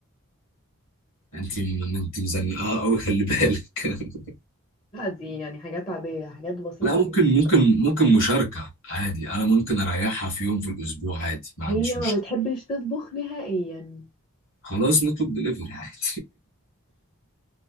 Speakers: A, on the left; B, on the left.
A: انت انت مزنقها قوي خلي بالك <laughs>
B: لا دي يعني حاجات عادية حاجات بسيطة
A: لا ممكن
B: جدا
A: ممكن ممكن مشاركه عادي انا ممكن اريحها في يوم في الاسبوع عادي ما
B: هي
A: عنديش
B: ما
A: مشكله
B: بتحبش تطبخ نهائيا
A: خلاص نطلب دليفري عادي